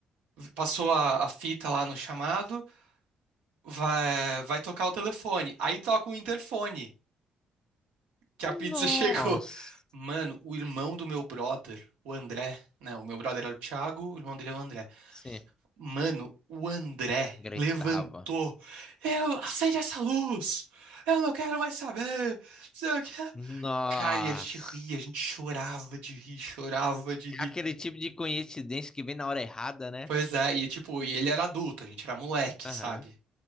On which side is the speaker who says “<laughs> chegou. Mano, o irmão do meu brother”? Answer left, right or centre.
Right